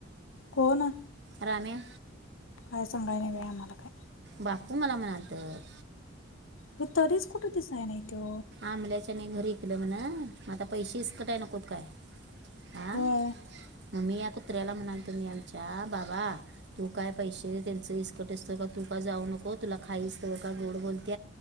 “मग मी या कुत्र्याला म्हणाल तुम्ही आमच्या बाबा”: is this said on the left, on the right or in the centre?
Right